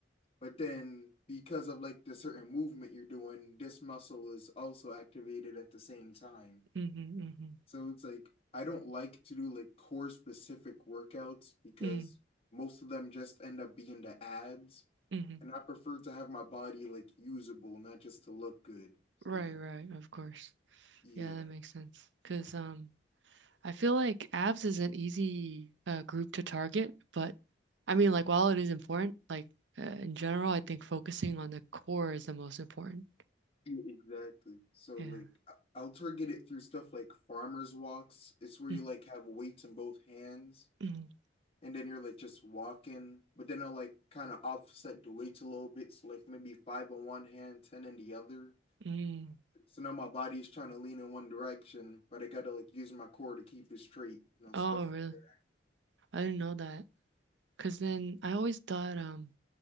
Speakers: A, on the left; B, on the right.
A: But then, because of like the certain movement you're doing, this muscle is also activated at the same time.
B: Mm-hmm, mm-hmm,
A: So it's like, I don't like to do like core specific workouts because
B: mm-hmm.
A: most of them just end up being the abs.
B: mm-hmm.
A: And I prefer to have my body like usable, not just to look good. So,
B: Right, right, of course.
A: yeah.
B: Yeah, that makes sense. 'Cause um I feel like abs is an easy uh, group to target, but I mean
A: Mm.
B: like while it is important, like uh, in general, I think focusing on the core is the most important.
A: Yeah, Exactly. So
B: Yeah.
A: like I- I'll target it through stuff like farmer's walks. It's where
B: Mm,
A: you like have weights in both hands
B: mm,
A: and then you're like just walking, but then I'll like kind of offset the weights a little bit. So like maybe five on one hand, ten in the other.
B: mm.
A: So now my body is trying to lean in one direction, but I gotta like use my core to keep it straight, you know, stuff
B: Oh, really?
A: like that.
B: I didn't know that. 'Cause then I always thought um